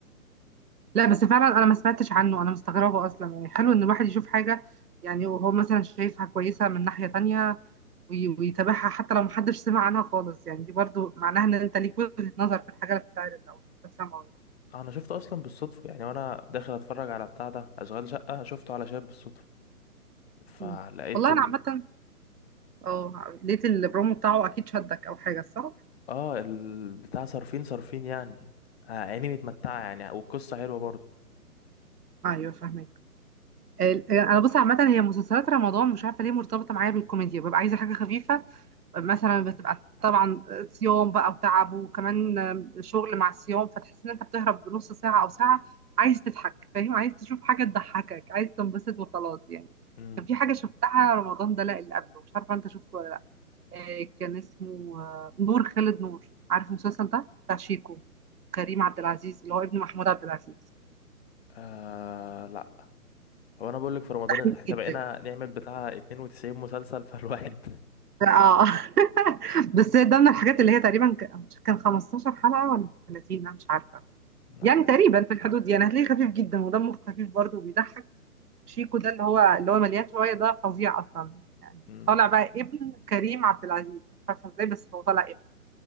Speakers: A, on the right; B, on the left.
A: لا بس فعلا انا ما سمعتش عنه انا مستغربه اصلا يعني حلو ان الواحد يشوف حاجه يعني وهو مثلا شايفها كويسه من ناحيه تانية وي- ويتابعها حتى لو محدش سمع عنها خالص يعني دي برضو معناها ان انت ليك وجهه نظر في الحاجه اللي بتتعرض او بتسمعها يعني
B: انا شفته اصلا بالصدفة يعني وانا داخل اتفرج على بتاع ده اشغال شقة شفته على شاب بالصدفة فلقيت
A: مم. والله
B: ال...
A: انا عامه اه لقيت البرومو بتاعه اكيد شدك او حاجه صح
B: اه البتاع صارفين صارفين يعني آه، عيني متمتعة يعني والقصة حلوة برضه
A: ايوه فاهمك ال- انا بص عامه هي مسلسلات رمضان مش عارفه ليه مرتبطه معايا بالكوميديا ببقى عايزه حاجه خفيفه مثلا بتبقى طبعا صيام بقى وتعب وكمان شغل مع الصيام فتحس ان انت بتهرب بنص ساعة او ساعة عايز تضحك فاهم عايز تشوف حاجة تضحكك عايز تنبسط وخلاص يعني
B: امم
A: كان في حاجة شفتها رمضان ده لا اللي قبله مش عارفة انت شفته ولا لا آه، كان اسمه آه، نور خالد نور عارف المسلسل ده بتاع شيكو كريم عبد العزيز اللي هو ابن محمود عبد العزيز
B: آه لا هو انا بقول لك في رمضان
A: تحميد
B: احنا
A: جدا
B: بقينا نعمل بتاع 92 مسلسل فالواحد
A: اه <laughs> بس ده من الحاجات اللي هي تقريبا ك- كان 15 حلقة ولا 30 انا مش عارفة
B: <laughs> لا.
A: يعني تقريبا في الحدود دي انا هتلاقيه خفيف جدا ودمه خفيف برضه وبيضحك شيكو ده اللي هو اللي هو مليان شويه ده فظيع اصلا يعني
B: مم.
A: طالع بقى ابن كريم عبد العزيز مش عارفه ازاي بس هو طالع ابن